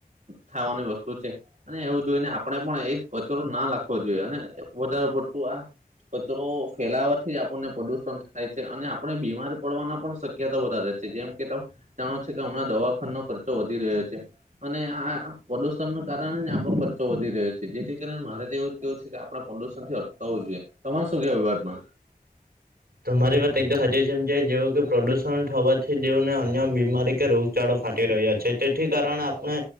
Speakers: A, on the right; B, on the right.
A: થાવાની વસ્તુ છે. અને એવું જોઈ ને આપણે પણ એ કચરો ના લખવો જોઈએ અને વધારે પડતું આ કચરો ફેલાવાથી આપણને પ્રદુષણ થાય છે અને આપણે બીમારી પડવાની પણ શક્યતા વધારે છે. જેમ કે તમે, જાણો છો કે હમણાં દવાખા ન ખર્ચો વધી રહ્યો છે. અને આ પ્રદુષણ ન કારણે જ આપણો ખર્ચો વધી રહ્યો છે જેથી કરીણે મારે તો એવું જ કેવું છે કે આપ પ્રદુણ થી અટાવું જોઈએ, તમાર શું કે વિવાદ માં?
B: તોરી વાત એકદમ સાચી છેમ છે જેવ કે પ્રદૂષણ થવાથી દેવને અન્ય બીમારી કે રોગ ચાડો ફાટી રહ્યા છે તેથી કારણે આપણે